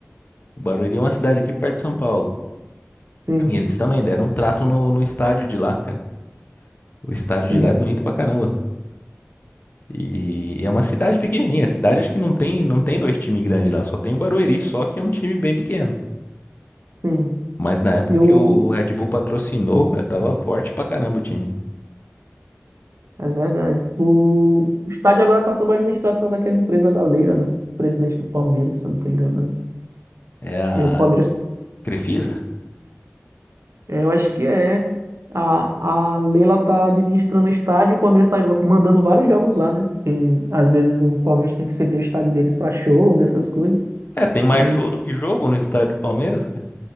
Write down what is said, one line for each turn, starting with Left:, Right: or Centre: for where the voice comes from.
Left: O Barueri é uma cidade aqui perto de São Paulo.
Right: Sim,
Left: E eles também deram um trato no, no estádio de lá, cara. O estádio
Right: sim,
Left: de lá é bonito pra caramba. E é uma cidade pequenininha. A cidade acho que não tem, não tem dois times grandes lá, só tem o Barueri, só que é um time bem pequeno.
Right: sim.
Left: Mas na época
Right: eu
Left: que o Red Bull patrocinou, cara, tava forte pra caramba o time.
Right: É verdade. O estádio agora está sob a administração daquela empresa da Leila, né? Presidente do Palmeiras, se eu não estou enganado.
Left: É a
Right: É, o Palmeiras,
Left: Crefisa?
Right: é, eu acho que é. A, a Leila está administrando o estádio e o Palmeiras está mandando vários jogos lá, né? Porque às vezes o Palmeiras tem que ceder o estádio deles para shows, essas coisas.
Left: É, tem mais
Right: Aí,
Left: show do que jogo no estádio do Palmeiras, cara.